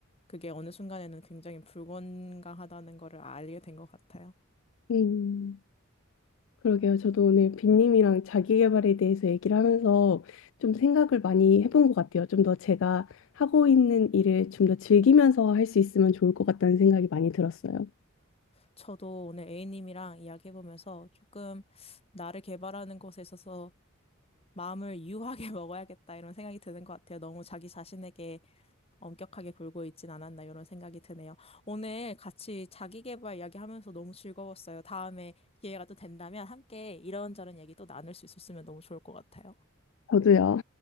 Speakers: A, on the left; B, on the left.
A: 그게 어느 순간에는 굉장히 불건강하다는 거를 알게 된 것 같아요.
B: 음. 그러게요. 저도 오늘 빈님이랑 자기계발에 대해서 얘기를 하면서 좀 생각을 많이 해본 것 같아요. 좀 더 제가 하고 있는 일을 좀 더 즐기면서 할 수 있으면 좋을 것 같다는 생각이 많이 들었어요.
A: 저도 오늘 A님이랑 이야기해보면서 조금 나를 개발하는 것에 있어서 마음을 유하게 <laughs> 먹어야겠다 이런 생각이 드는 것 같아요. 너무 자기 자신에게 엄격하게 굴고 있진 않았나 이런 생각이 드네요. 오늘 같이 자기계발 이야기하면서 너무 즐거웠어요. 다음에 기회가 또 된다면 함께 이런저런 얘기 또 나눌 수 있었으면 너무 좋을 것 같아요.
B: 저도요.